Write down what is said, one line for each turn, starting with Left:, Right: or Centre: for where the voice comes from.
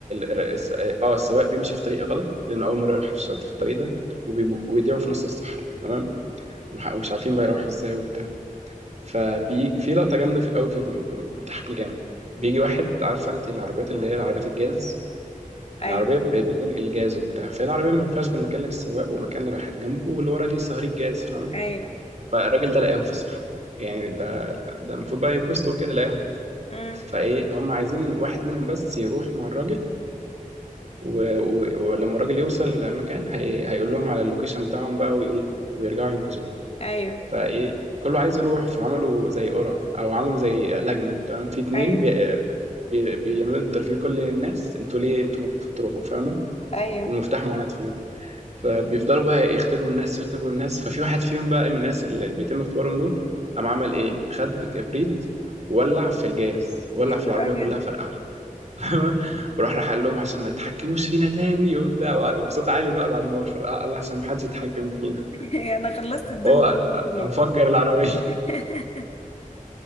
Right: ال- الس- اه السواق بيمشي في طريق غلط لانه اول مره يروح في الشط- في الطريق ده وبيبقوا- ويضيعوا في نص الصحراء تمام ومح- ومش عارفين بقى يروحوا ازاي وبتاع ففي في لقطه جامده في قوي في الم- بتضحكني جامد بيجي واحد عارفه انت العربيات اللي هي العربيات الجاز
Left: أيوه
Right: يعني عربيه ب- بتنقل جاز وبتاع فالعربيه ما فيهاش غير مكان للسواق ومكان اللي رايحات جنبه واللي ورا دي صهريج جاز فاهم
Left: أيوه
Right: فالراجل ده لقاهم في الصحراء يعني ده ده المفروض بقى يتبسطوا وكده لقاهم
Left: أمم
Right: فايه هم عايزين واحد منهم بس يروح مع الراجل و... و... ولما الراجل يوصل مكان هي... هيقول لهم على اللوكيشن بتاعهم بقى وايه ويرجعوا ينقذوه
Left: أيوه
Right: فايه كله عايز يروح فعملوا زي قرعة او عملوا زي لجنة تمام في اتنين
Left: أيوه
Right: بي... بي... بيعملوا انترفيو لكل الناس انتوا ليه انتوا المفروض تروحوا فاهمة
Left: أيوه
Right: والمفتاح معاد فيهم فبيفضلوا بقى يختبروا الناس يختبروا الناس ففي واحد فيهم بقى من الناس اللي بيتم اختبارهم دول قام عمل ايه خد كبريت وولع في الجاز ولع
Left: يا نهار
Right: في العربية
Left: أبيض
Right: كلها فرقعها <laughs> ورحنا حل لهم عشان ما يتحكموش فينا تاني وبتاع وبصوت عالي بقى بعد ما فرقع قال لي عشان ما حدش يتحكم فينا
Left: <laughs> أنا خلصت الدنيا
Right: هو
Left: منهم كلهم
Right: مفجر العربيه
Left: <laughs>